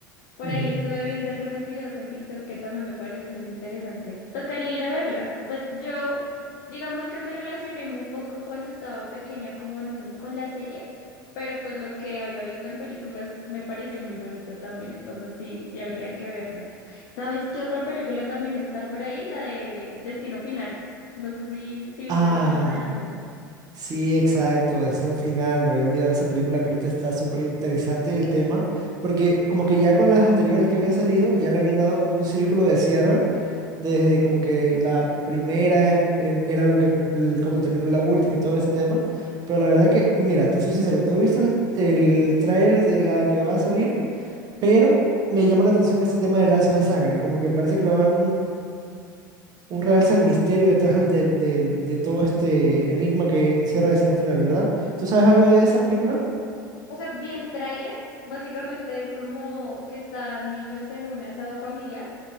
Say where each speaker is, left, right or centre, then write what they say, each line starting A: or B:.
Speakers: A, on the left; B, on the right.
A: Por
B: Ujú.
A: ahí estuve viendo algunos videos en TikTok que también me parecieron interesantes. Tocaría ir a verla. Pues yo, digamos que me relacioné muy poco cuando estaba pequeña con, con la serie, pero pues lo que había visto en películas me pareció muy bonito también, entonces sí, sí habría que verla. ¿Sabes qué otra película también está por ahí? La de Destino Final. No sé si, si viste
B: Ah.
A: también los adelantos.
B: Sí, exacto, Destino Final, me había olvidado de esa película que ahorita está súper interesante el tema, porque como que ya con las anteriores que habían salido, ya le habían dado como un círculo de cierre, desde como que la primera em- em- era lo que, el- como terminó la última y todo este tema, pero la verdad que, mira, te soy sincero, no he visto el, el tráiler de la que va a salir, pero me llama la atención este tema de lazos de sangre, como que parece que le van a dar un realce al misterio detrás del, del- de todo este enigma que encierra Destino Final, ¿verdad? ¿Tú sabes algo de esa película?
A: O sea, vi el tráiler, básicamente es como que están ellos en un asado familiar